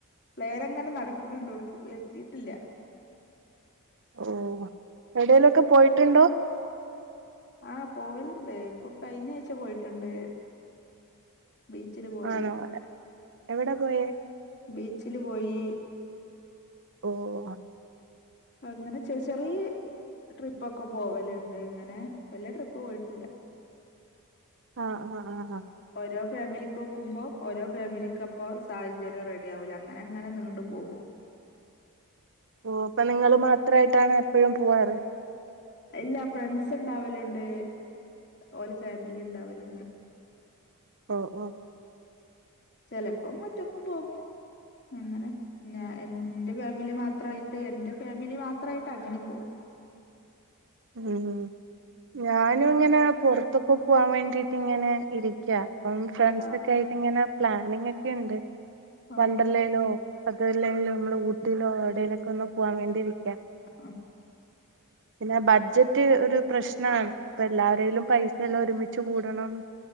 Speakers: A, on the left; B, on the right.
A: പ്ലേനങ്ങനെ നടക്ക്ണ് ണ്ട് ഒട്ക്കും എത്തിയിട്ടില്ല.
B: ഓഹ് എവിടേലൊക്കെ പോയിട്ടുണ്ടോ?
A: ആഹ് പോവല്ണ്ട് ഇപ്പൊ കഴിഞ്ഞായ്ച്ച പോയിട്ടുണ്ട്. ബീച്ചില് പോയി
B: ആണോ എവിടെ പോയേ
A: ബീച്ചില് പോയീ
B: ഓഹ് അ
A: അങ്ങനെ ചെറി ചെറീ ട്രിപ്പൊക്കെ പോവല്ണ്ട് ഇങ്ങനെ വല്ല്യെ ട്രിപ്പ് പോയിട്ടില്ല.
B: ആഹ് ആഹ് ആഹ് ആഹ്
A: ഓരോ ഫാമിലിക്കൊക്കുമ്പോ ഓരോ ഫാമിലിക്ക് അപ്പോ സാഹചര്യം റെഡി ആവൂല അങ്ങനെ അങ്ങനെ നീണ്ട് പോകും.
B: ഓഹ് അപ്പ നിങ്ങള് മാത്രയിട്ടാണോ എപ്പഴും പൂവാറ്
A: ഇല്ല ഫ്രണ്ട്സ് ഇണ്ടാവല്ണ്ട് ഓലെ ഫാമിലിം ഇണ്ടാവല്ണ്ട്.
B: ഓഹ് ഓഹ്
A: ചെലപ്പം ഒറ്റക്കും പോകും. അങ്ങനെ പിന്നെ എൻ ഇന്റെ ഫാമിലി മാത്രായിട്ട് എന്റെ ഫാമിലി മാത്രായിട്ട് അങ്ങനിം പോവും.
B: ഉം ഉം ഉം ഞാനും ഇങ്ങനെ പുറത്തൊക്കെ പോവാൻ വേണ്ടീട്ട് ഇങ്ങനെ ഇരിക്ക്യാ അപ്പം ഫ്രണ്ട്സ്
A: ആഹ്
B: ഒക്കെ ആയിട്ട് ഇങ്ങനെ പ്ലാനിങ്ങെക്കെയിണ്ട്
A: ആഹ്
B: വണ്ടർലേലോ അത്‌ അല്ലെങ്കില് നമ്മളെ ഊട്ടിലോ എവ്ടേലൊക്കെ ഒന്ന് പോവാൻ വേണ്ടിയിരിക്ക്യാ
A: ആഹ്
B: പിന്നെ ബ ഡ്ജറ്റ് ഒരു പ്രശ്നാണ് ഇപ്പ എല്ലാരേലും പൈസ എല്ലം ഒരുമിച്ച് കൂടണം.